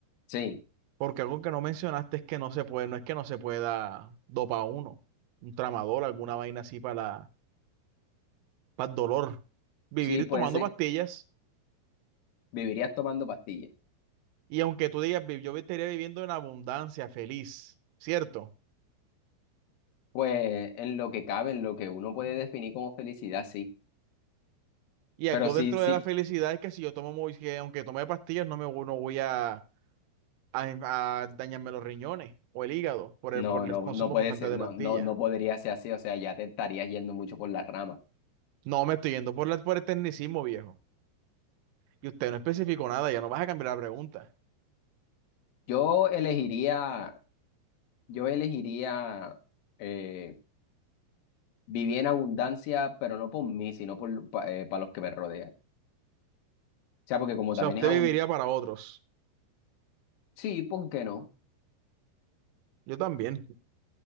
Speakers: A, on the left (about 80°); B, on the right (about 80°).
A: Sí,
B: Porque algo que no mencionaste es que no se puede, no es que no se pueda dopar uno, un tramador, alguna vaina así para para el dolor, vivir
A: sí, pues
B: tomando
A: sí,
B: pastillas
A: vivirías tomando pastillas.
B: y aunque tú digas, "Vi- yo estaría viviendo en abundancia, feliz, ¿cierto?
A: Pues en lo que cabe, en lo que uno puede definir como felicidad, sí.
B: Y
A: Pero
B: algo
A: sí,
B: dentro
A: sí,
B: de la felicidad es que si yo tomo, muy- que aunque tome pastillas, no me voy- no voy a, a- a dañarme los riñones o el hígado por
A: no,
B: el, por el
A: no,
B: consumo
A: no puede
B: constante
A: ser,
B: de
A: no,
B: Ok. pastillas.
A: no, no podría ser así. O sea, ya te estarías yendo mucho por las ramas.
B: No, me estoy yendo por, la, por el tecnicismo, viejo. Y usted no especificó nada, ya no vas a cambiar la pregunta.
A: Yo elegiría, yo elegiría eh, viví en abundancia, pero no por mí, sino por, para los que me rodean. O sea, porque como
B: O
A: también
B: sea, usted
A: es abundancia,
B: viviría para otros.
A: sí, ¿por qué no?
B: Yo también.